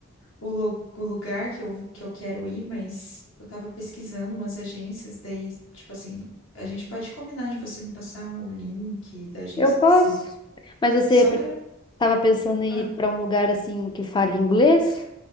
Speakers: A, on the left; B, on the left.
A: o, lu- o lugar que eu, que eu quero ir, mas eu tava pesquisando umas agências, daí, tipo assim, a gente pode combinar de você me passar o link da agência
B: Eu posso.
A: que você.
B: Mas você
A: Só
B: pe-
A: pra.
B: tava pensando em
A: Ah,
B: ir pra um lugar assim que fale inglês?